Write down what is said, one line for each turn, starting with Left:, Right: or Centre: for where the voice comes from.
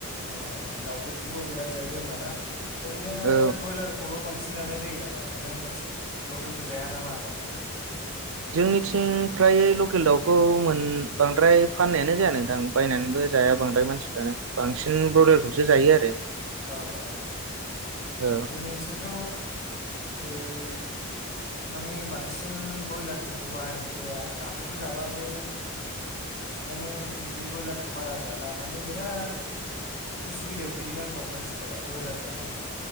Left: औ औ दाउफोरखौबो बिराद जायो होमबाना ओरैनो
Right: औ
Left: ब्रयलारखौल' बांसिन सिन जानाय जायो नामा नोंथांमोननिसिम लकेलखौ जाया नामा बांद्राय?
Right: जोंनिथिं फ्राय लकेल दाउखौ बांद्राय फाननायानो जाया नोंथां बायनानैबो जाया बांद्राय मानसिफ्रानो बांसिन
Left: अ
Right: ब्रयलारखौसो जायो आरो।
Left: औ औ औ
Right: औ
Left: जोंनिथिंथ' ओरै माने बांसिन ब्रयलारफोरखौ बाहायनाय जाया नाफोरखौ जाबाबो माने बिदि ब्रयलारखौ बारा जाला माने बिराद उसुबिदायाव गोलैनानै दङ। मानसिफोरा ब्रयलार जानानै